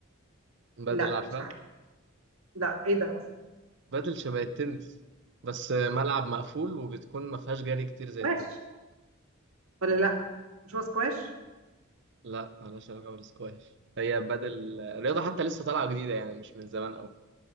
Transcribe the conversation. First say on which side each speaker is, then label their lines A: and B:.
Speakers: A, on the right; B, on the right.
A: بدل
B: لا
A: عارفها
B: مش عارف لا ايه ده اصلا
A: بدل شبه التنس بس آه، ملعب مقفول وبتكون ما فيهاش جري كتير زي
B: سكواش
A: التنس
B: ولا لا مش هو سكواش
A: لا ملهاش علاقه بالسكواش هي بدل آه، رياضه حتى لسه طالعه جديده يعني مش من زمان قوي